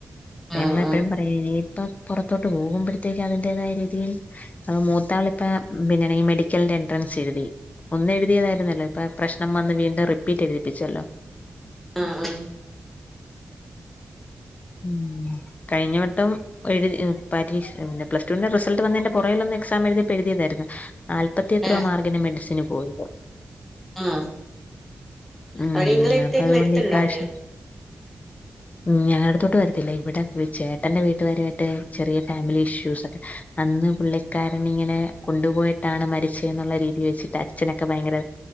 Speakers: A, on the left; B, in the centre.
A: ത്
B: ആഹ്
A: ഞങ്ങെപ്പഴും പറയും ഇനിയിപ്പം പുറത്തോട്ട് പോകുമ്പോഴത്തേക്ക് അതിന്റേതായ രീതിയിൽ അപ്പൊ മൂത്താളിപ്പ പിന്നെ ണി മെഡിക്കലിന്റെ എൻട്രൻസ് എഴുതി ഒന്ന് എഴുതിയതായിരുന്നല്ലോ ഇപ്പാ പ്രശ്നം വന്ന് വീണ്ടും റിപ്പീറ്റ് എഴുതിപ്പിച്ചല്ലോ
B: ആ ആ
A: ഉം കഴിഞ്ഞ വട്ടം എഴുതി പരീക്ഷ പിന്നെ പ്ലസ്ടുന്റെ റിസൾട്ട് വന്നേന്റെ പൊറകിലൊന്ന് എക്സാം എഴ്തിയപ്പോ എഴുതിയതായിര്ന്ന് നാല്പത്തിയെത്രയോ
B: ഏഹ്
A: മാർഗിന് മെഡിസിന് പോയിത്
B: ആ
A: ഉം
B: അവര് ഇങ്ങളെടുത്തേക്ക്
A: അപ്പൊ അതുകൊണ്ട്
B: വെര്ത്ത്ണ്ടോ
A: ഇപ്രാവശ്യം
B: അവര്
A: ഉം ഞങ്ങളടുത്തോട്ട് വരത്തില്ല ഇവിടെ ചേട്ടന്റെ വീട്ടുകാരുവായിട്ട് ചെറിയ ഫാമിലി ഇഷ്യൂസൊക്കെ ണ്ട് അന്ന് പുള്ളിക്കാരനങ്ങനെ കൊണ്ടുപോയിട്ടാണ് മരിച്ചെന്നുള്ള രീതി വെച്ചിട്ട് അച്ഛനൊക്കെ ഭയങ്കര